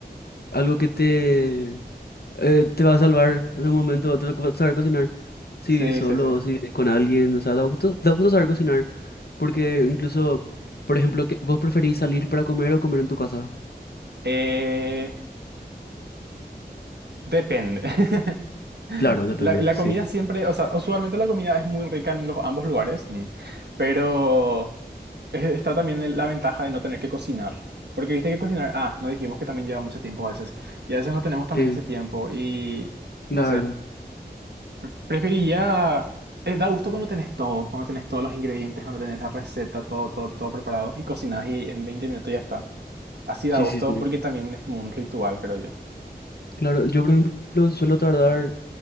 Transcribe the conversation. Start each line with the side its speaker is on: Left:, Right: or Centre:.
Left: algo que te eh, te va a salvar en un momento u otro co- saber cocinar. Si
Right: Sí,
Left: solo,
Right: sí, sí.
Left: o si vienes con alguien, o sea, da gusto, da gusto saber cocinar. Porque incluso, por ejemplo, que ¿vos preferís salir para comer o comer en tu casa?
Right: Eh, Depende. <laughs>
Left: Claro, depende,
Right: La, la
Left: sí.
Right: comida siempre, o sea, usualmente la comida es muy rica en los ambos lugares, mm, pero es- está también el- la ventaja de no tener que cocinar. Porque viste que cocinar, ah, no dijimos que también lleva mucho tiempo a veces. Y a veces no tenemos también
Left: Sí,
Right: ese tiempo. Y
Left: claro.
Right: no sé, pre- preferiría. eh, da gusto cuando tenés todo, cuando tenés todos los ingredientes, cuando tenés la receta, todo, todo, todo preparado y cocinás y en 20 minutos ya está. Así da
Left: Sí,
Right: gusto
Left: sí, sí.
Right: porque también es como un ritual, creo yo.
Left: Claro, yo por ejemplo suelo tardar,